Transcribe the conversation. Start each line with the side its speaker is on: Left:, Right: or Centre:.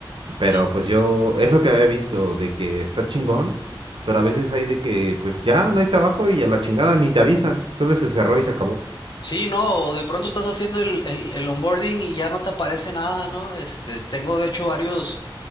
Right: Pero
Left: Sí.
Right: pues yo, es lo que había visto, de que está chingón, pero a veces hay de que pues ya no hay trabajo y a la chingada ni te avisan, solo se cerró y se acabó.
Left: Sí, no, o de pronto estás haciendo el, el, el onboarding y ya no te aparece nada, ¿no? Este, tengo de hecho varios,